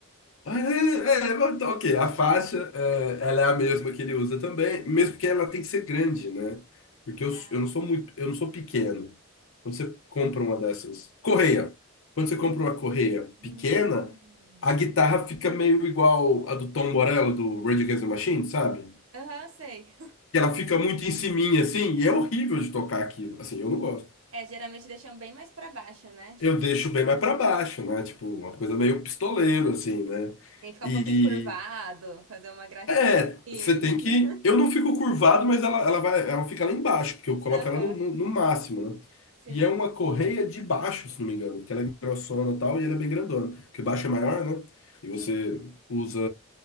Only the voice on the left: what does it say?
Ah, É, é, é, tá, ok, a faixa, é, ela é a mesma que ele usa também, mesmo que ela tem que ser grande, né? Porque
eu, eu não sou muito, eu não sou pequeno. Quando você compra uma dessas. Correia. Quando você compra uma correia
pequena, a guitarra fica meio igual a do Tom Morello, do Rage Against the Machine, sabe?
Que ela fica muito em ciminha, assim, e é horrível de tocar aquilo. Assim, eu não gosto.
eu deixo bem mais pra baixo, né? Tipo, uma coisa meio pistoleiro, assim, né?
E
é,
você tem
que. Eu não fico curvado, mas ela, ela vai, ela fica lá embaixo, porque eu coloco
ela no, no, no máximo, né?
E é uma correia de baixo, se não me engano, porque ela é grossona e tal, e ela é bem grandona. Porque baixo é maior, né? E você
usa,